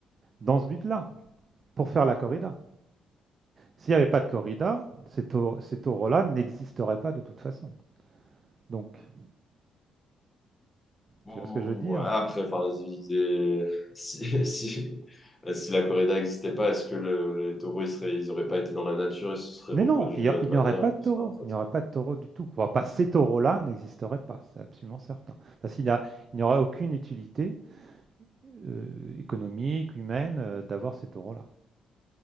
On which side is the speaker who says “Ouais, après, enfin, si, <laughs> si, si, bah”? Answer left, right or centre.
Left